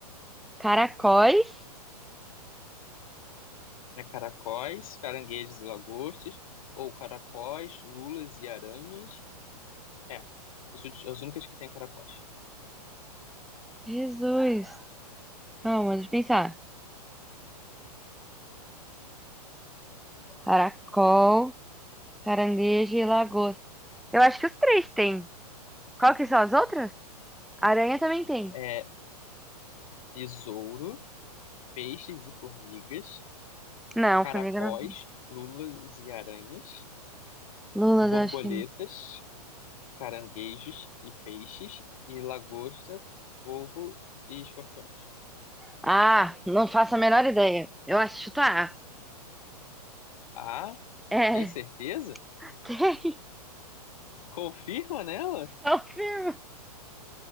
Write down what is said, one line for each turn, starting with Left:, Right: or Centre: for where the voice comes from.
Centre: Caracóis?
Left: É caracóis, caranguejos e lagostas. Ou caracóis, lulas e aranhas. É. As últi- as únicas que tem é caracóis.
Centre: Jesus. Calma, deixa eu pensar. Caracol, caranguejo e lagosta. Eu acho que os três têm. Qual que são as outras? Aranha também tem.
Left: É besouro, peixes e formigas.
Centre: Não,
Left: caracóis,
Centre: formiga não.
Left: lulas e aranhas,
Centre: Lula, eu
Left: borboletas,
Centre: acho que não.
Left: caranguejos e peixes, e lagosta, polvo e escorpiões.
Centre: Ah, não faço a menor ideia. Eu acho chutar.
Left: Ah,
Centre: É,
Left: tem certeza?
Centre: <laughs> tem.
Left: Confirma nela?
Centre: Confirmo.